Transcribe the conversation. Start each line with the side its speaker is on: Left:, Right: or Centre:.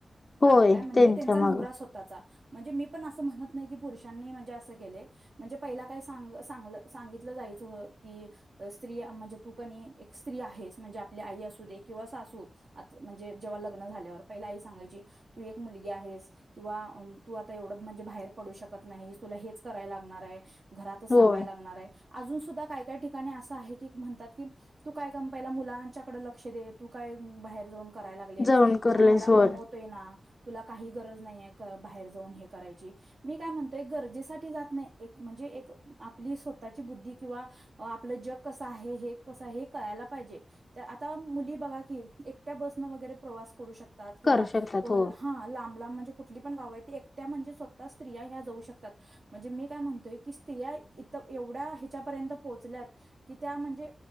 Left: होय
Right: काल काय म्हणजे
Left: त्यांच्या
Right: त्यांचा
Left: माग
Right: नवरा स्वतचा. म्हणजे मी पण असं म्हणत नाही की पुरुषांनी म्हणजे असं केले म्हणजे पहिला काय साग सागल सांगितलं जाय च की स्त्री म्हणजे तू कनी एक स्त्री आहेस म्हणजे आपली आई असू दे, किंवा सासू. आ म्हणजे जेव्हा लग्न झाल्यावर पहिला आई सांगायची. तू एक मुलगी आहेस किंवा तू आता एवढं म्हणजे बाहेर पडू शकत नाही. तुला हेच कराय लागणारे. घरातच
Left: होय
Right: थांबायला लागणारे. अजून सुद्धा काय काय ठिकाणी असं आहे, की म्हणतात की तू काय काम पहिला मुलांच्याकडे लक्ष दे तू काय बाहेर जाऊन. करा लागले
Left: जळून
Right: तुझा
Left: करलेस
Right: नवरा
Left: होय.
Right: कमवतोय ना. तुला काही गरज नाहीय. बाहेर जाऊन हे करायची मी काय म्हणते, गरजेसाठी जात नाही एक म्हणजे एक आपली स्वतः बुद्धी किंवा आपल जग कस आहे हे कस कळायला पाहिजे आता मुली बघा की, एकट्या बसन वगैरे प्रवास करू शक करतात किंवा
Left: करू शकतात
Right: व
Left: हो
Right: हा लांब लांब म्हणजे कूठली पण गाव आहे त एकट्या म्हणजे स्वतः स्त्रिया ह्या जाऊ शकतात. म्हणजे मी काय म्हणतोय की स्त्रिया इथं एवढ्या ह्याच्यापर्यंत पोहोचल्यात की त्या म्हणजे